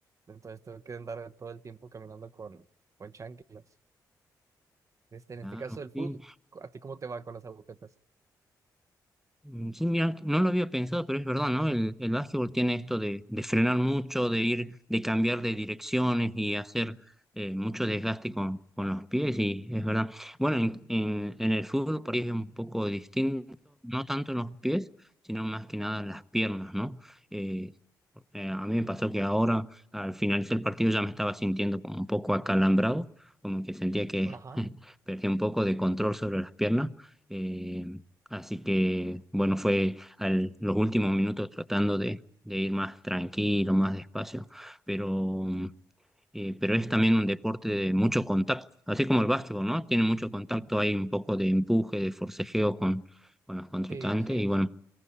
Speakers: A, on the right (about 45°); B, in the centre.
A: Entonces tengo que andar todo el tiempo caminando con, con chanclas. Este, en
B: Claro,
A: este caso del fútbol,
B: sí.
A: ¿a ti cómo te va con las agujetas?
B: Mm, Sí, mira, no lo había pensado, pero es verdad, ¿no? El, el básquetbol tiene esto de, de frenar mucho, de ir, de cambiar de direcciones y hacer eh, mucho desgaste con, con los pies, y es verdad. Bueno, en, en, en el fútbol por ahí es un poco distinto, no tanto en los pies, sino más que nada en las piernas, ¿no? Eh, eh, a mí me pasó que ahora, al finalizar el partido, ya me estaba sintiendo como un poco acalambrado, como que sentía que
A: Ajá,
B: <laughs> perdí un poco de control sobre las piernas. eh, Así que, bueno, fue al, los últimos minutos tratando de, de ir más tranquilo, más despacio, pero, mm, eh, pero es también un deporte de mucho contacto, así como el básquetbol, ¿no? Tiene mucho contacto, hay un poco de empuje, de forcejeo con, con los contrincantes
A: sí, así
B: y
A: es.
B: bueno,